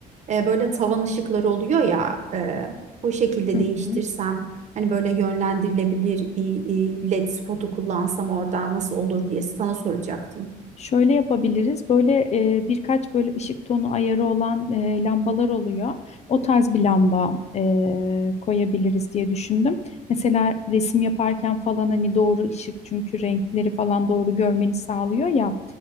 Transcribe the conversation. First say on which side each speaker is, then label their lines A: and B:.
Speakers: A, on the right (about 45°); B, on the left (about 40°).
A: E, böyle tavan ışıkları oluyor ya e, o şekilde
B: Hı
A: değiştirsem
B: hı.
A: hani böyle yönlendirilebilir bir e, led spotu kullansam orada nasıl olur diye sana soracaktım.
B: Şöyle yapabiliriz. Böyle e, birkaç böyle ışık tonu ayarı olan e, lambalar oluyor. O tarz bir lamba e, koyabiliriz diye düşündüm. Mesela resim yaparken falan hani doğru ışık çünkü renkleri falan doğru görmeni sağlıyor ya.